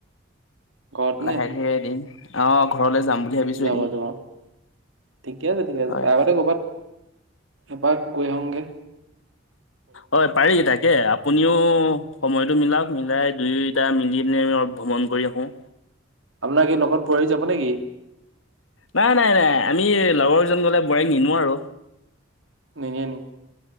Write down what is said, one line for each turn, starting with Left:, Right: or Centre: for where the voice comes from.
Right: ঘৰত
Left: লাহে
Right: নে
Left: ধীৰে এদিন অ ঘৰলৈ যাম বুলি ভাবিছো
Right: যাব
Left: এদিন
Right: যাব ঠিকে আছে ঠিকে আছে
Left: হয়
Right: তাৰ আগতে কৰবাত এপাক গৈ আহোঙগে
Left: হয় পাৰি তাকে আ পুনিও সময়তো মিলাওক মিলাই দুইটা মিলি পিনে আমি অলপ ভ্ৰমণ কৰি আহো
Right: আপোনাৰ এই লগত বোৱাৰী যাব নেকি
Left: নাই নাই নাই আমি লগৰ কেজন গলে বোৱাৰী নিনো আৰু
Right: নিনিয়ে নি